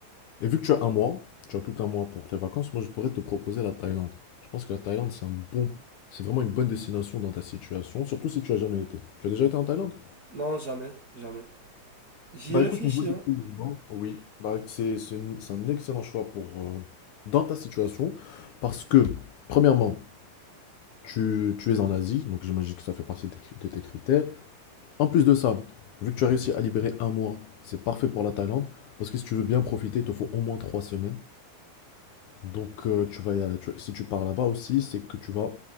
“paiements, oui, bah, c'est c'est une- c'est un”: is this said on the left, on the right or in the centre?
Left